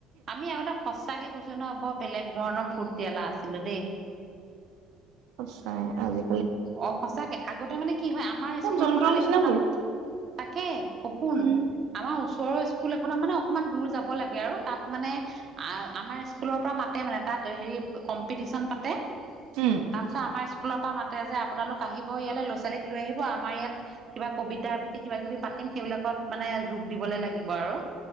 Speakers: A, on the right; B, on the right.
A: আমি আগতে সঁচাকে কৈছো ন বৰ বেলেগ ধৰণৰ ফূৰ্তিয়ালা আছিলো দেই।
B: সঁচাই আজি,
A: অ সঁচাকে আগতে মানে কি হয় আমাৰ
B: চব
A: স্কুলখনত
B: যন্ত্ৰৰ নিচিনা
A: একো
B: হ'ল
A: নাপ তাকে সপোন।
B: উম
A: আমাৰ ওচৰৰ স্কুল এখনত মানে অকমান দূৰ যাব লাগে আৰু তাত মানে আ আমাৰ স্কুলৰ পৰা মাতে মানে তাত হেৰি কম্পিটিশন পাতে।
B: উম।
A: তাৰপিছত আমাৰ স্কুলৰ পৰা মাতে যে আপোনালোক আহিব ইয়াল ল'ৰা ছোৱালীক লৈ আহিব আমাৰ ইয়াত কিবা কবিতা আবৃত্তি কিবা কিবি পাতিম সেইবিলাকত মানে যোগ দিবলে লাগিব আৰু